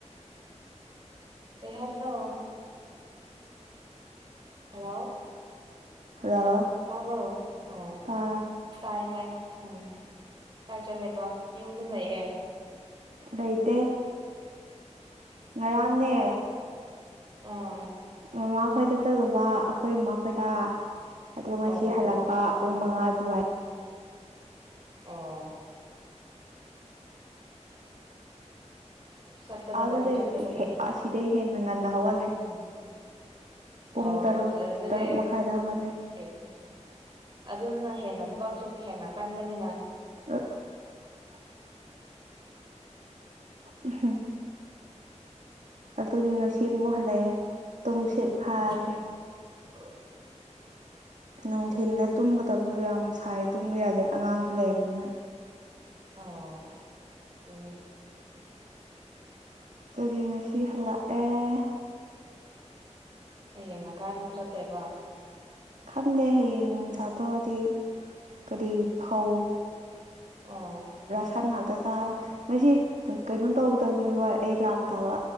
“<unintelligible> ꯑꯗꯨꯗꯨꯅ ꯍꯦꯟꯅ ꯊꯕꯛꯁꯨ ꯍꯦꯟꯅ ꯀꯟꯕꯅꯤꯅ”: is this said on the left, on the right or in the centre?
Right